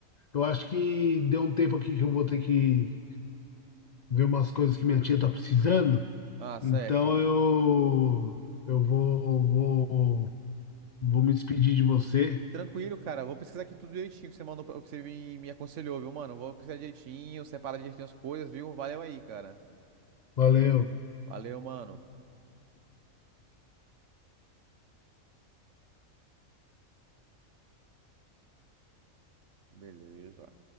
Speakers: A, on the left (about 60°); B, on the right (about 65°).
A: eu acho que deu um tempo aqui que eu vou ter que ver umas coisas que minha tia tá precisando.
B: Ah, certo.
A: Então eu, eu vou, vou, vou me despedir de você.
B: Tranquilo, cara. Vou pesquisar aqui tudo direitinho que você mandou, pra- o que você me, me aconselhou, viu, mano? Vou pesquisar direitinho, separar direitinho as coisas, viu? Valeu aí, cara.
A: Valeu.
B: Valeu, mano. Beleza.